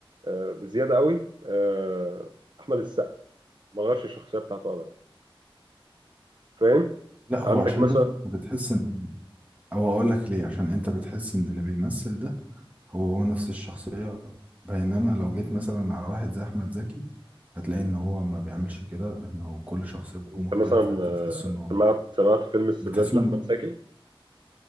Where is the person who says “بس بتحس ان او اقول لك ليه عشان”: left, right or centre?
Right